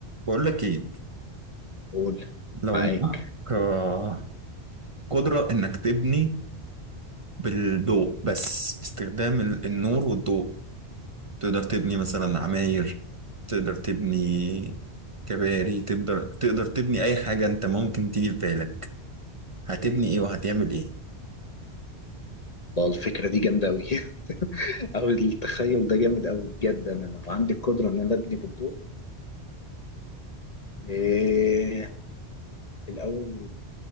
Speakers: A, on the right; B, on the left.
A: بقول لك ايه
B: قول
A: لو
B: معاك
A: معاك آه. آه، قدرة انك تبني بالضوء بس استخدام ال- النور والضوء تقدر تبني مثلا عماير تقدر تبني كباري تقدر تقدر تبني اي حاجة انت ممكن تيجي في بالك هتبني ايه وهتعمل ايه
B: اه الفكرة دي جامدة أوي <laughs> أو التخيل ده جامد أوي بجد أنا لو عندي القدرة إن أنا أبني بالضوء إيه الأول